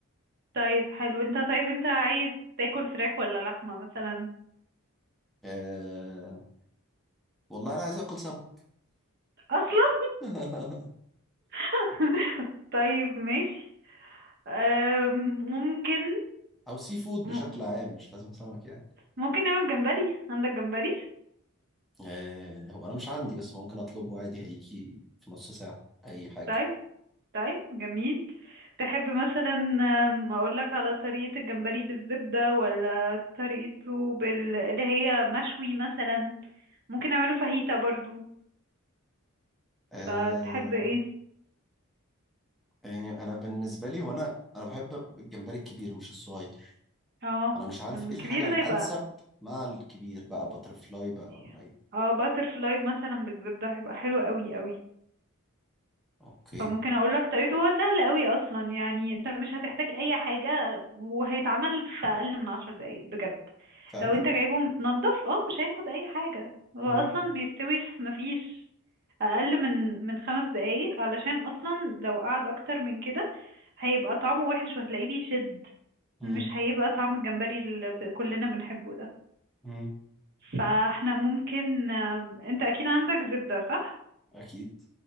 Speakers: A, on the right; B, in the centre.
A: طيب حلو انت طيب انت عايز تاكل فراخ ولا لحمه مثلا
B: أه والله أنا عايز آكل سمك
A: اصلا
B: <laughs>
A: <laughs> طيب ماشي أم، ممكن
B: أو سي فود
A: م-
B: بشكل عام مش لازم سمك يعني
A: ممكن نعمل جمبري عندك جمبري
B: أه هو أنا مش عندي بس ممكن أطلبه عادي هيجي في نص ساعة أي حاجة
A: طيب طيب جميل تحب مثلا آم، اقولك على طريقة الجمبري بالزبدة ولا طريقته بال... اللي هي مشوي مثلا ممكن اعمله فاهيتا برضو
B: أه
A: فتحب ايه
B: يعني أنا بالنسبة لي هو أنا أنا بحب الجمبري الكبير مش الصغير
A: اه
B: أنا مش عارف
A: الكبير
B: إيه الحاجة الأنسب
A: ده يبقى
B: مع الكبير بقى بترفلاي بقى
A: إيه؟
B: ولا إيه
A: اه باتر فلاي مثلا بالزبدة هيبقى حلو قوي قوي
B: أوكي
A: فممكن اقول لك طريقته هو سهل قوي اصلا يعني انت مش هتحتاج اي حاجه وهيتعمل في اقل من عشر دقايق بجد
B: فعلا
A: لو انت جايبه متنضف اه مش هياخد اي حاجه هو
B: مم.
A: اصلا بيستوي في مفيش اقل من من خمس دقايق علشان اصلا لو قعد اكتر من كده هيبقى طعمه وحش وهتلاقيه بيشد
B: مم.
A: مش هيبقى طعم الجمبري اللي ب- كلنا بنحبه ده
B: مم.
A: فاحنا ممكن آم، انت اكيد عندك زبدة صح
B: أكيد